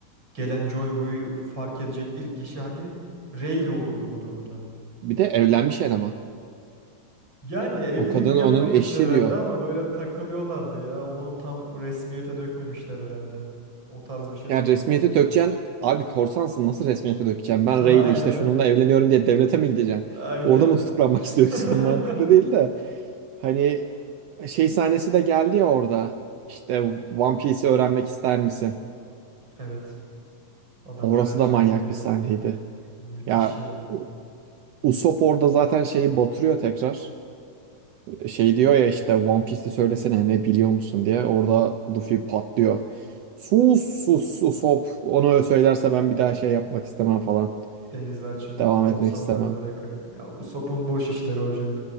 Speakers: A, on the right; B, on the right.
A: Gelen Joy Boy'u fark edecek ilk kişi hani Rayleigh olurdu bu durumda.
B: Bir de evlenmiş eleman.
A: Yani evlilik
B: O kadın
A: yapmamışlar
B: onun eşi
A: herhalde
B: diyor.
A: ama böyle takılıyorlardı ya. Onun tam resmiyete dökmemişler herhalde. O tarz bir şey
B: Yani
A: duymadım
B: resmiyete
A: ben.
B: dökeceksin. Abi korsansın nasıl resmiyete dökeceksin?
A: <laughs>
B: Ben
A: Aynen
B: Rayleigh işte
A: aynen.
B: şununla evleniyorum diye devlete mi gideceksin?
A: Aynen.
B: Orada mı tutuklanmak
A: <laughs>
B: <laughs> istiyorsun? Mantıklı değil de. Hani şey sahnesi de geldi ya orada. İşte One Piece'i öğrenmek ister misin?
A: Evet. Adamlar
B: Orası
A: her şeyi
B: da manyak
A: biliyor.
B: bir sahneydi.
A: Müthiş
B: Ya
A: ya.
B: U- Usopp orada zaten şeyi batırıyor tekrar. Şey diyor ya işte One Piece'i söylesene ne biliyor musun diye. Orada Luffy patlıyor. Sus sus sus hop. Onu söylerse ben bir daha şey yapmak istemem falan.
A: Denize açılmam,
B: Devam
A: korsanlığı
B: etmek istemem.
A: bırakırım. Ya Usopp'un boş işleri hocam.